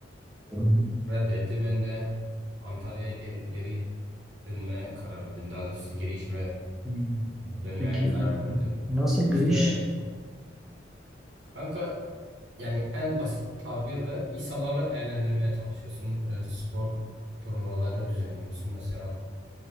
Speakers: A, in the centre; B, on the right.
A: Hmm.
B: Reddetti ben de Antalya'ya ge- geri dönmeye karar verdim. Daha doğrusu geri işime
A: Hmm.
B: dönmeye
A: Peki
B: karar
A: hmm.
B: verdim.
A: nasıl bir
B: İşte
A: iş?
B: kanka Yani en basit tabirle insanları eğlendirmeye çalışıyorsun. E, spor turnuvaları düzenliyorsun. Mesela